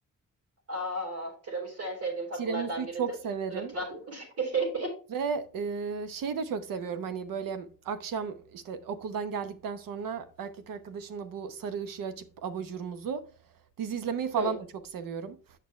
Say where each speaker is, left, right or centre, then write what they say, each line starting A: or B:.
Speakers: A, on the right (about 45°); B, on the right (about 75°).
A: Aa, tiramisu en sevdiğim tatlılardan
B: Tiramisu'yu
A: biridir.
B: çok severim
A: Lütfen. <laughs>
B: ve e, şeyi de çok seviyorum. Hani böyle akşam işte okuldan geldikten sonra erkek arkadaşımla bu sarı ışığı açıp abajurumuzu dizi izlemeyi falan
A: Hı,
B: da çok seviyorum.